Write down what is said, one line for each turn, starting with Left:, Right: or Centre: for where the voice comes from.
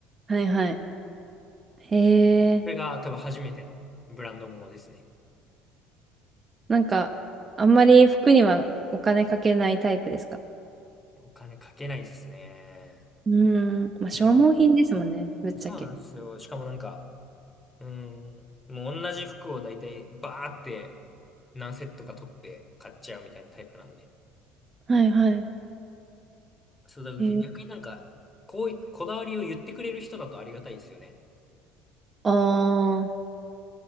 Right: はい、はい。へえ
Left: これが多分初めてのブランドものですね。
Right: なんか、あんまり服にはお金かけないタイプですか
Left: お金かけないっすね。
Right: うーん、まあ、消耗品ですもんね、
Left: でも、
Right: ぶっちゃけ。
Left: そうなんですよ。しかもなんか、うーん、もう同じ服を大体バーって何セットか取って買っちゃうみたいなタイプなんで。
Right: はいはい。
Left: そう、だから逆になんか、
Right: へえ
Left: こうい、こだわりを言ってくれる人だとありがたいですよね。
Right: ああ